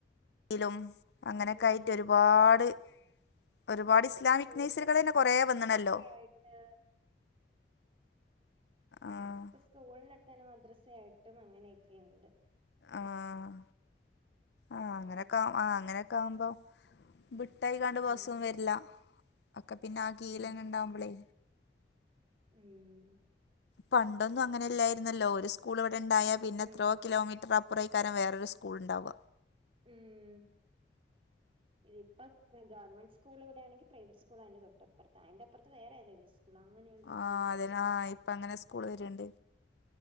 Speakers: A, on the left (about 70°); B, on the right (about 30°).
A: യിലും അങ്ങനൊക്കായിട്ട്
B: ഉം
A: ഒരുപാട് ഒരുപാട്
B: നമുക്കിപ്പോ
A: ഇസ്ലാമിക്
B: സ്കൂളിന്റെ
A: നഴ്സറികൾ
B: കീഴിൽ
A: തന്നെ കൊറെ വന്നണല്ലോ
B: മദ്രസയായിട്ട്
A: ആഹ്
B: പ്പ സ്കൂളിനടുത്തന്നെ മദ്രസ ആയിട്ടും അങ്ങനെയൊക്കെണ്ട്
A: ആഹ് ആഹ് അങ്ങനെക്കാ
B: ഉം
A: ആഹ് അങ്ങനൊക്കെ ആവുമ്പോ ബിട്ടായിക്കാണ്ട്
B: ഉം
A: ബസും വരില്ല ഒക്കെ പിന്നെ ആ കീലന്നെ
B: ഉം
A: ഉണ്ടാവുമ്പോളേ
B: ഉം
A: പണ്ടൊന്നും അങ്ങനെല്ലായിരുന്നല്ലോ
B: പിന്നെ
A: ഒരു സ്കൂൾ ഇവിടെണ്ടായ പിന്നെത്രോ
B: ഉം
A: കിലോമീറ്റർ അപ്പുറയ്ക്കാരം വേറൊരു സ്കൂള്ണ്ടാവ
B: ഉം ഇത്പ്പ ഗവമെന്റ് സ്കൂള് ഇവിടെയാണെങ്കി പ്രൈവറ്റ് സ്കൂളതിന്റെ തൊട്ടപ്പർത്ത അതിന്റെ അപ്പർത്ത് വേറെ ഏതേലും സ്‌ സ്കൂൾ അങ്ങനെയാണ്പ്പ
A: ആഹ്
B: സ്കൂളള്
A: അതിനാ
B: വരുന്നത്.
A: ഇപ്പ അങ്ങനെ സ്കൂൾ വര്ണ്ട്